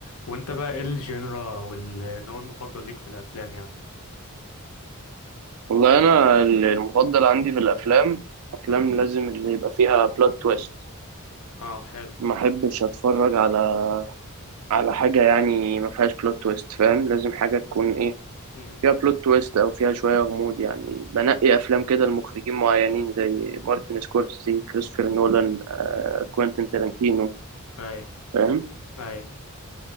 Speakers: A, on the left; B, on the right.
A: وانت بقى ايه الجينرا او النوع المفضل ليك في الافلام يعني
B: والله انا ال- المفضل عندي في الافلام افلام
A: امم
B: لازم اللي يبقى فيها بلوت تويست
A: اه حلو
B: ما احبش اتفرج على على حاجه يعني ما فيهاش بلوت تويست فاهم لازم حاجه تكون ايه
A: امم
B: فيها بلوت تويست او فيها شويه غموض يعني بنقي افلام كده لمخرجين معينين زي مارتن سكورسي كريستوفر نولان
A: امم
B: آه، كوينتين تارانتينو
A: اي
B: فاهم
A: اي